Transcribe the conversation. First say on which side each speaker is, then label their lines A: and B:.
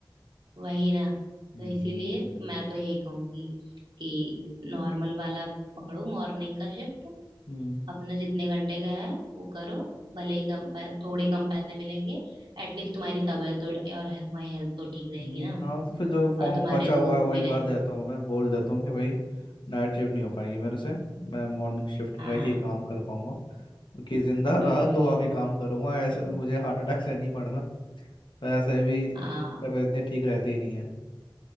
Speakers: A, on the right; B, on the left.
A: वही ना
B: हम्म
A: तो इसीलिए तो मैं तो यही कहूंगी कि नॉर्मल वाला पकड़ो मॉर्निंग का शिफ्ट
B: हम्म
A: अपने जितने घंटे का है वो करो भले ही कम पै, थोड़े कम पैसे मिलेंगे एटलीस्ट तुम्हारी तबीयत तो और है तुम्हारी हेल्थ तो ठीक रहेगी
B: हम्म,
A: ना
B: हाँ तो फिर जो फॉर्म
A: और तुम्हारे
B: बचा हुआ
A: दोस्त
B: है वही
A: भी
B: भर
A: रहेंगे
B: देता हूँ मैं बोल देता हूँ कि भाई नाइट शिफ्ट नहीं हो पाएगी मेरे से मैं मॉर्निंग शिफ्ट
A: हाँ
B: में ही काम कर पाऊंगा कि जिंदा रहा
A: हम्म हम्म,
B: तो आगे
A: हम्म,
B: काम करूंगा ऐसे
A: हम्म।
B: तो मुझे हार्ट अटैक से नहीं मरना वैसे भी
A: हाँ
B: तबीयत इतनी ठीक रहती ही नहीं है